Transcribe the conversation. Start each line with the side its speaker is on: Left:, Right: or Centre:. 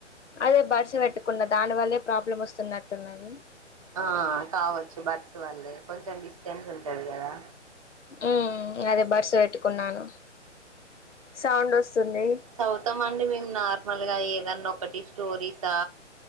Left: అదే బడ్స్ పెట్టుకున్న దాని వల్లే ప్రాబ్లమ్ వస్తున్నట్టున్నది
Right: ఆ కావచ్చు బడ్స్ వల్లే కొంచెం డిస్టెన్స్ ఉంటది కదా
Left: ఉ అదే బర్డ్స్ పెట్టుకున్నాను సౌండ్ వస్తుంది
Right: చదువుతామండి మేము నార్మల్గా ఏ ఏదన్నా ఒకటి స్టోరీసా